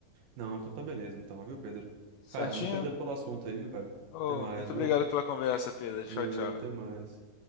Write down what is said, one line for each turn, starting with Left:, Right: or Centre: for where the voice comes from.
Right: Não, então tá beleza, então, viu, Pedro?
Left: Certinho?
Right: Cara, muito obrigado pelo assunto aí, viu, cara?
Left: Oh,
Right: Até mais,
Left: muito
Right: viu?
Left: obrigado pela conversa, Pedro.
Right: Valeu,
Left: Tchau, tchau.
Right: até mais.